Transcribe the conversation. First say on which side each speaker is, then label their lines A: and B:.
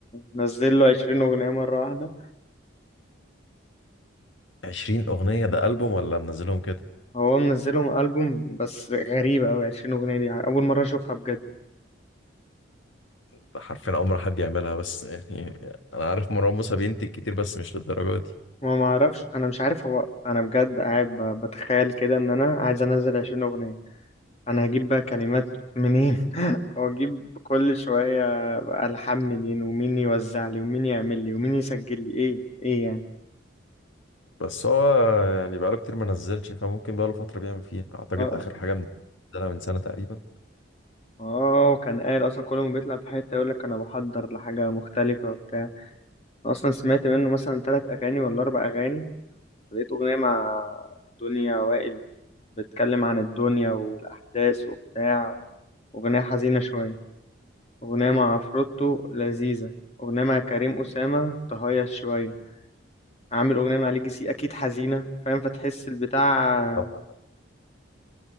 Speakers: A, on the left; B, on the left.
A: نزل له 20 اغنيه مره واحده
B: عشرين أغنية ده ألبوم ولا منزلهم كده
A: هو منزلهم البوم بس غريبه قوي 20 اغنيه دي اول مره اشوفها بجد
B: ده حرفيا أول مرة حد يعملها بس يعني أنا عارف مروان موسى بينتج كتير بس مش للدرجة دي
A: ما ما اعرفش انا مش عارف هو انا بجد قاعد ب- بتخيل كده ان انا عايز انزل 20 اغنيه انا هجيب بقى كلمات منين <laughs> هو اجيب كل شويه بقى الحان منين ومين يوزع لي ومين يعمل لي ومين يسجل لي ايه ايه يعني
B: بس هو يعني بقاله كتير ما نزلش فممكن بقاله فترة بيعمل فيها أعتقد
A: آه.
B: آخر حاجة منزلها من سنة تقريبا
A: اه وكان قال اصلا كل ما بيطلع في حته يقول لك انا بحضر لحاجه مختلفه وبتاع أنا اصلا سمعت منه مثلا ثلاث اغاني ولا اربع اغاني لقيت اغنيه مع دنيا وائل بتتكلم عن الدنيا والاحداث وبتاع اغنيه حزينه شويه اغنيه مع عفروتو لذيذه اغنيه مع كريم اسامه تهيص شويه عامل اغنيه مع ليجي سي اكيد حزينه فاهم فتحس البتاع
B: طبعا